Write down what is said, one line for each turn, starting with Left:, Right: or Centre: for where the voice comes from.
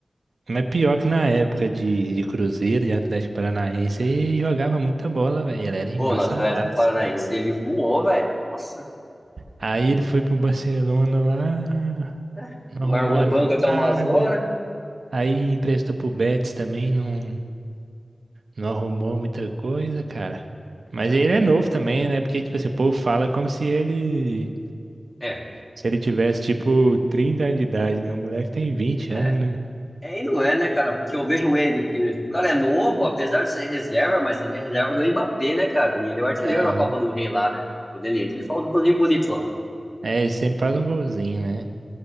Right: Mas pior que na época de, de Cruzeiro, de Atlético Paranaense, ele jogava muita bola, velho. Ele era embaçadaço.
Left: Pô, no Atlético Paranaense ele voou, velho. Nossa.
Right: Aí ele foi pro Barcelona lá,
Left: né?
Right: não
Left: Largou
Right: arrumou
Left: o banco até
Right: nada.
Left: umas horas.
Right: Aí emprestou pro Betis também, não, não arrumou muita coisa, cara. Mas ele é novo também, né? Porque, tipo assim, o povo fala como se ele,
Left: É,
Right: se ele tivesse, tipo, 30 anos de idade, né? O moleque tem vinte
Left: é,
Right: anos, né?
Left: é e não é, né, cara? Porque eu vejo o Ender aqui mesmo. O cara é novo, apesar de ser reserva, mas ele é reserva do Mbappé, né, cara? E ele é o artilheiro
Right: Aham.
Left: da Copa do Rei lá, né? Quando ele entra, ele fala um cozinho bonito lá.
Right: É, ele sempre faz um golzinho, né?